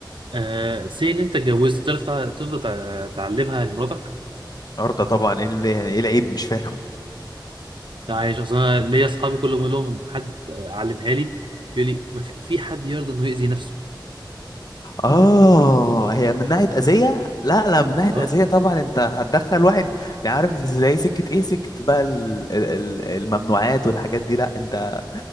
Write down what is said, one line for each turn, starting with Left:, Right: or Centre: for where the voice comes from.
Right: آه سي ان انت اتجوزت ترضى ترضى تع- تعلمها لمراتك
Left: ارضى طبعا ايه اللي- يعني ايه العيب مش فاهم
Right: لا عايش اصل انا ليا اصحابي كل ما اقول لهم حد آه، علمها لي يقول لي ما في في حد يرضى انه يأذي نفسه
Left: اه هي من ناحيه اذيه لا لا من ناحيه
Right: اه
Left: اذيه طبعا انت هتدخل واحد ده عارف زي سكه ايه سكه بقى ال- ال- ال- الممنوعات والحاجات دي لا انت